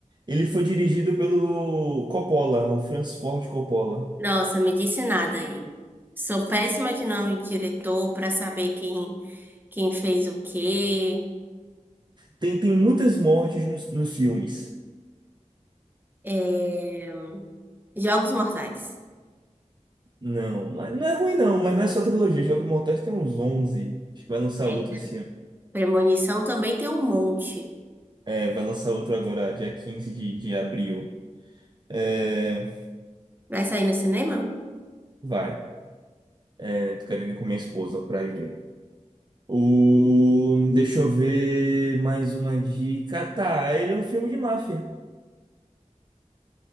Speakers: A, on the right; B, on the right.
A: ele foi dirigido pelo Coppola, o Francis Ford Coppola.
B: Nossa, me disse nada aí. Sou péssima de nome de diretor pra saber quem, quem fez o quê.
A: Tem, tem muitas mortes nos, nos filmes.
B: É, Jogos Mortais.
A: Não, mas não é ruim não, mas não é só trilogia. Jogos Mortais tem uns 11. Acho que vai lançar
B: É.
A: outro esse ano.
B: Premonição também tem um monte.
A: É, vai lançar outro agora, dia quinze de, de abril. É,
B: Vai sair no cinema?
A: vai. É, tô querendo ir com minha esposa pra ir ver. O, deixa eu ver mais uma dica. Tá, ele é um filme de máfia.